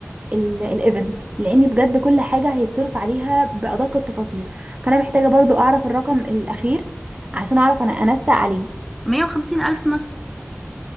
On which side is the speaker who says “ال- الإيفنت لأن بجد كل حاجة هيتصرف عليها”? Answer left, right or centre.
Right